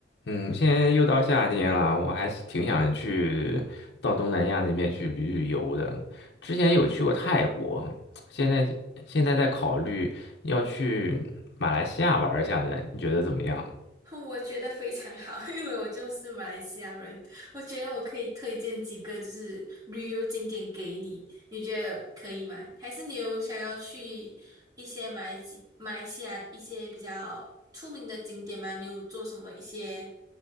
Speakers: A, on the left; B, on the right.
A: 嗯，现在又到夏天了，我还是挺想去到东南亚那边去旅旅游的。之前有去过泰国，现在现在在考虑要去马来西亚玩一下呢，你觉得怎么样？
B: <laughs> 我觉得非常好，<laughs> 因为我就是马来西亚人，我觉得我可以推荐几个就是旅游景点给你，你觉得可以吗？还是你有想要去一些马来西马来西亚一些比较出名的景点吗？你有做什么一些